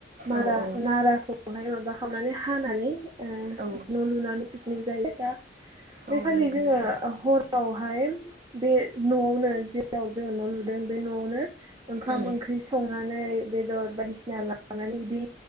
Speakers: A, on the right; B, on the right.
A: मारा
B: औ
A: नाराखौहाय माबा खालामनानै हानानै न'
B: औ
A: लुनानै पिकनिक जायोा बे
B: औ
A: खालि
B: नंगौ
A: जोङो
B: नोंथां
A: हरावहाय बे न'आवनो जेलाव जोङो न' लुदों बे न'आवनो ओंखाम
B: उम
A: ओंख्रि संनानै बेदर बायदिसिना लानानै बिदि